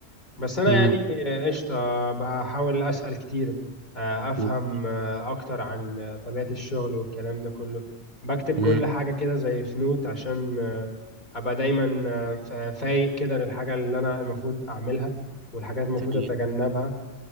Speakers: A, on the left (about 40°); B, on the right (about 40°).
A: بس انا
B: مهم.
A: يعني آه، قشطه بحاول اسال كتير آه، افهم
B: مهم.
A: آه، اكتر عن آه، طبيعه الشغل والكلام ده كله بكتب كل
B: مهم.
A: حاجه كده زي في نوت عشان آه، ابقى دايما آه، فا- فايق كده للحاجه اللي انا المفروض اعملها والحاجات المفروض
B: تمام.
A: اتجنبها